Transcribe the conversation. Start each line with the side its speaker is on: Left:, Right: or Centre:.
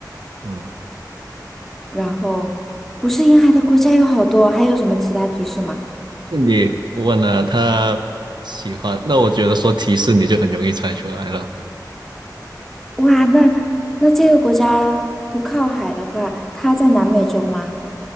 Right: 嗯，
Centre: 然后不是沿海的国家有好多，还有什么其他提示吗？
Right: 这你问了他喜欢，那我觉得说提示你就很容易猜出来了。
Centre: 哇，那那这个国家不靠海的话，它在南美洲吗？